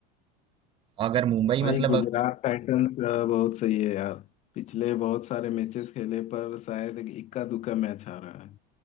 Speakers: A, on the right; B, on the left.
A: अगर मुंबई मतलब
B: भाई गुजरात टाइटंस अ, बहुत सही है यार पिछले बहुत सारे मैचेस खेले पर शायद इक्का दुक्का मैच हारा रहा है